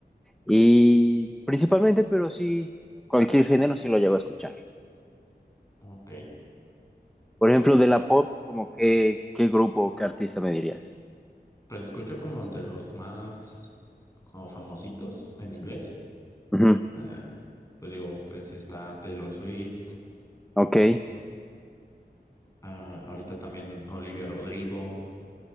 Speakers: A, in the centre; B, on the left.
A: Y principalmente, pero sí, cualquier género sí lo llego a escuchar.
B: Ok.
A: Por ejemplo, de la pop, como qué, qué grupo, qué artista me dirías.
B: Pues escucho como de los más como famositos en inglés.
A: Ujú.
B: Eh, pues digo, pues está Taylor Swift.
A: Ok.
B: mm, ah, ahorita también Olivia Rodrigo.